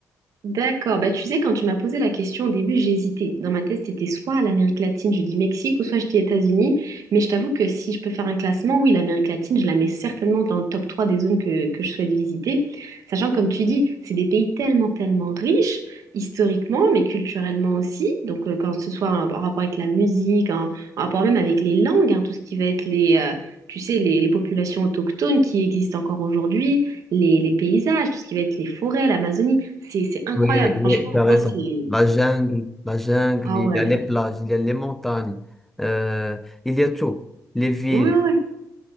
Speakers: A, on the right; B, in the centre.
A: D'accord. Bah, tu sais, quand tu m'as posé la question au début, j'ai hésité. Dans ma tête, c'était soit l'Amérique latine, je dis Mexique, ou soit je dis États-Unis. Mais je t'avoue que si je peux faire un classement, oui, l'Amérique latine, je la mets certainement dans le top 3 des zones que, que je souhaite visiter. Sachant que, comme tu dis, c'est des pays tellement, tellement riches, historiquement, mais culturellement aussi. Donc, euh, quand ce soit en, en rapport avec la musique, en, en rapport même avec les langues, hein, tout ce qui va être les... euh, Tu sais, les, les populations autochtones qui existent encore aujourd'hui, les, les paysages, tout ce qui va être les forêts, l'Amazonie. C'est, c'est incroyable.
B: Oui,
A: Franchement,
B: oui, tu as raison.
A: moi, c'est...
B: La jungle, la jungle,
A: Ah
B: il
A: ouais.
B: y a les plages, il y a les montagnes, euh, il y a tout. Les villes.
A: Ouais, ouais.